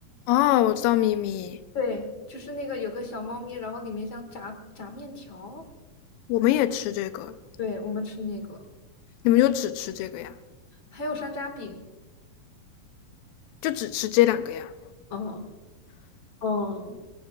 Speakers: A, on the left; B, on the left.
A: 哦，我知道咪咪，
B: 对，就是那个有个小猫咪，然后里面像炸炸面条，
A: 我们也吃这个，
B: 对，我们吃那个，
A: 你们就只吃这个呀？
B: 还有山楂饼。
A: 就只吃这两个呀？
B: 嗯嗯，